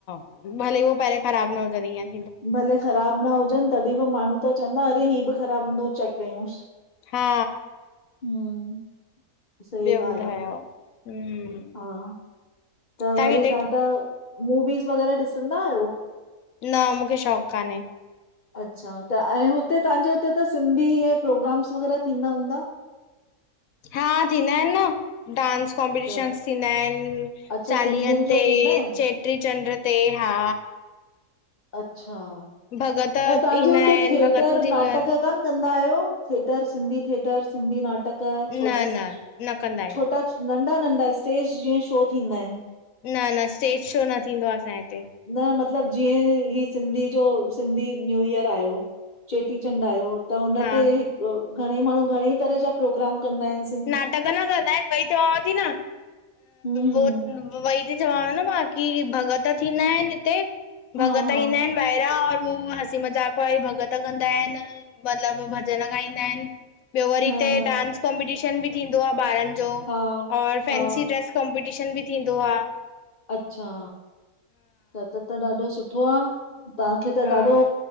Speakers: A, on the left; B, on the left.
A: भले हू, पहिरे ख़राब न हुजन हींअर।
B: भले ख़राब न हुजन, तॾी बि माण्हूं त चैंदा, अरे ही बि ख़राब हूंदो चैक कयूंस।
A: हा
B: हूं, सही
A: ॿियो
B: ॻाल्ह
A: ॿुधायो हम्म
B: आ, हा त
A: तव्हां
B: वरी
A: किथे
B: तां त, मूवीस वग़ैरह ॾिसंदायो?
A: न, मूखे शौंक़ कान्हें।
B: अच्छा, त अएं हुते तहांजे हुते त सिंधी ए प्रोग्राम्स वग़ैरा थींदा हूंदा?
A: हा, थींदा आहिन न, डांस कॉम्पिटीशन्स
B: त
A: थींदा एन,
B: अच्छा
A: चालीहन
B: सिंधियुनि जो
A: ते,
B: थींदा आहिनि?
A: चे चेट्री चंड्र ते, हा।
B: अच्छा
A: भॻत
B: अएं, तांजे
A: ईंदा
B: उते
A: आहिनि
B: थिएटर
A: भॻतूं थींदियूं
B: नाटक
A: आहिनि
B: कान कंदा आयो, थिएटर सिंधी थिएटर सिंधी नाटक? नाटक, छोटा
A: न न न कंदा आहियूं
B: छोटा, नंढा नंढा स्टेज जीअं शो थींदा आहिन।
A: न न, स्टेज शो न थींदो आ, असांजे हिते।
B: न, मतलब जीएं ही सिंधी जो सिंधी न्यू ईयर आयो, चेटीचंड आयो त हुन
A: हा
B: तेे घणेईं माण्हूं, घणेईं तरह जा, प्रोग्राम कंदा आइन सिं
A: नाटक न कंदा एन, वई चवांव ती न,
B: हम्म
A: वो
B: हम्म
A: वई तो चवांव न, ब की भॻत थींदा एन हिते,
B: हा
A: भॻत
B: हा
A: ईंदा एन। पहिरां और हू हसी मज़ाक वारी भॻत कंदा एन। मतलब भॼन गाईंदा एन, ॿयो वरी
B: हा
A: हिते डांस कॉम्पिटीशन बि थींदो आ ॿारन जो जो,
B: हा
A: और फैंसी
B: हा
A: ड्रेस कॉम्पिटीशन बि थींदो आ।
B: अच्छा त त त, ॾाढो सुठो आ, तांखे त
A: हा
B: ॾाढो,